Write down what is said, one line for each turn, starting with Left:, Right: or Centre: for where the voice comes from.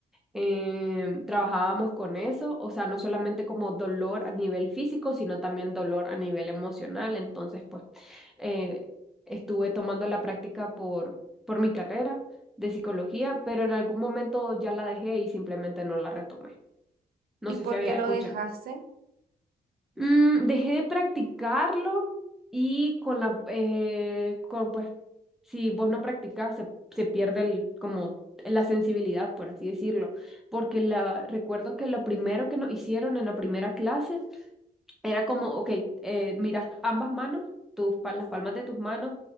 Centre: Em, trabajábamos con eso, o sea, no solamente como dolor a nivel físico, sino también dolor a nivel emocional. Entonces, pues, eh, estuve tomando la práctica por, por mi carrera de psicología, pero en algún momento ya la dejé y simplemente no la retomé. No
Right: ¿Y
Centre: sé
Right: por
Centre: si había
Right: qué lo
Centre: escuchado.
Right: dejaste?
Centre: Mm, dejé de practicarlo y con la, eh, con, pues, si vos no practicas, se, se pierde el, como la sensibilidad, por así decirlo, porque la, recuerdo que lo primero que nos hicieron en la primera clase era como, ok, eh, miras ambas manos, tus, pal- las palmas de tus manos,